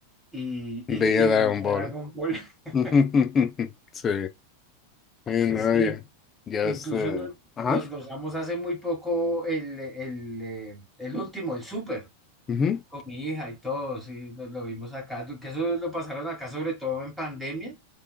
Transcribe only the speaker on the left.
Veía
Dragon
Ball.
<laughs> Sí. Y no,
ya, ya
este.
Ajá.
ujú.